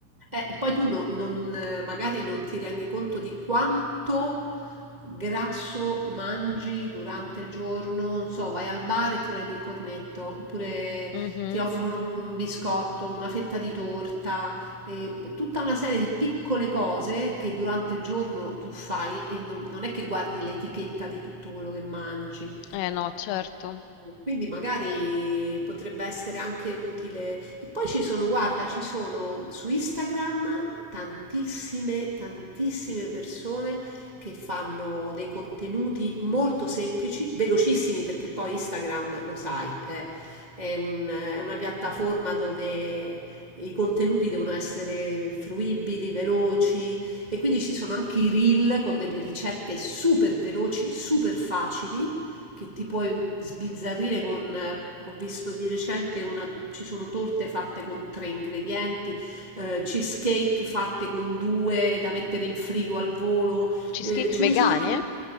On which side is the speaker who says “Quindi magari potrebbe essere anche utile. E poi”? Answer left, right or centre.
Right